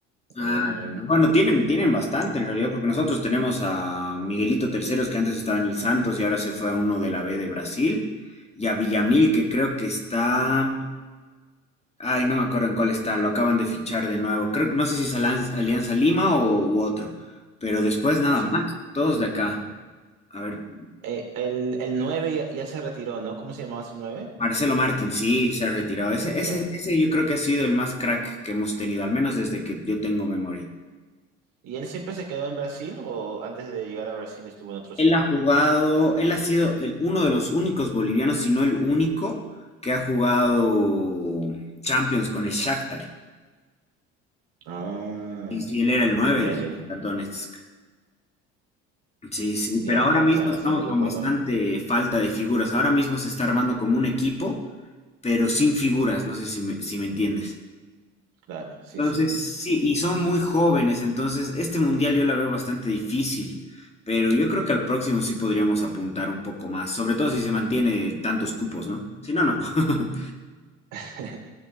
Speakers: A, on the left; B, on the right.
A: Ah,
B: eh,
A: ya. Bueno, tienen, tienen bastante en realidad, porque nosotros tenemos a Miguelito Terceros, que antes estaba en el Santos y ahora se fue a uno de la B de Brasil, y a Villamil, que creo que está... Ay, no me acuerdo en cuál está, lo acaban de fichar de nuevo. Creo, no sé si es Alan- Alianza Lima o u otro, pero después nada
B: así.
A: más, todos de acá. A ver,
B: Eh, el, el 9 ya, ya se retiró, ¿no? ¿Cómo se llamaba su nueve
A: Marcelo Martín, sí,
B: Eh,
A: se ha retirado. Ese, ese,
B: Claro.
A: ese yo creo que ha sido el más crack que hemos tenido, al menos desde que yo tengo memoria.
B: ¿Y él siempre se quedó en Brasil o antes de llegar a Brasil estuvo en otro
A: Él
B: sitio?
A: ha jugado, él ha sido el- uno de los únicos bolivianos, si no el único, que ha jugado Champions con el Shakhtar.
B: Ah,
A: Y sí, él era el nueve
B: ya,
A: del
B: ya,
A: Shakhtar
B: ya,
A: Donetsk. Sí, sí,
B: ya,
A: pero ahora
B: ya,
A: mismo
B: claro,
A: estamos
B: sí, yo recuerdo,
A: con bastante falta de figuras. Ahora mismo se está armando como un equipo, pero sin figuras. No sé si me, si me entiendes.
B: claro, sí,
A: Entonces,
B: sí,
A: sí, y son muy jóvenes, entonces este mundial yo la veo bastante difícil, pero yo creo que al próximo sí podríamos apuntar un poco más, sobre todo si se mantiene tantos cupos, ¿no? Si no, no. <laughs>
B: <laughs>